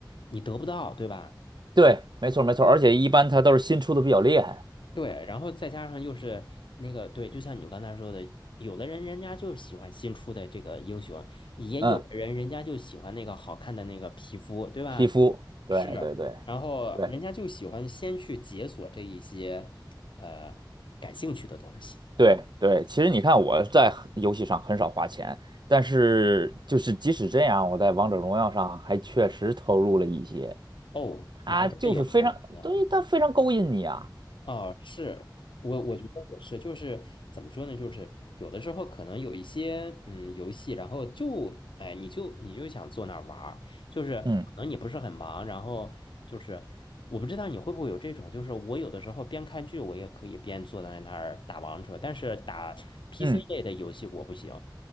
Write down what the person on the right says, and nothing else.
对，没错没错，而且一般它都是新出的比较厉害，
嗯，
皮肤，对对对
对对对，其实你看我在游戏上很少花钱，但是就是即使这样，我在王者荣耀上还确实投入了一些，
它就是非常，
对，它非常勾引你啊，
嗯
嗯。